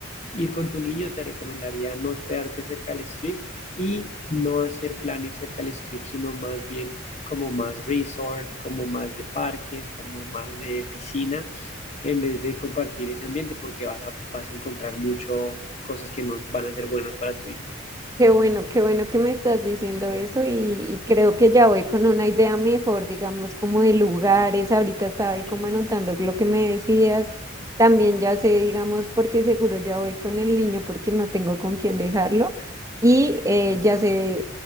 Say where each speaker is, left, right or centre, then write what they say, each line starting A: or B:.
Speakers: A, on the left; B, on the right.
A: ir con tu niño, te recomendaría no hospedarte cerca del strip y no hacer planes cerca del strip, sino más bien como más resort, como más de parques, como más de piscina, en vez de compartir ese ambiente porque vas a, vas a encontrar mucho cosas que no van a ser buenas para tu hijo.
B: Qué bueno, qué bueno que me estás diciendo eso y, y creo que ya voy con una idea mejor, digamos, como de lugares. Ahorita estaba ahí
A: Eh,
B: como anotando lo que me decías. También ya sé, digamos, porque seguro ya voy con el niño porque no tengo con quién dejarlo. Y eh, ya sé,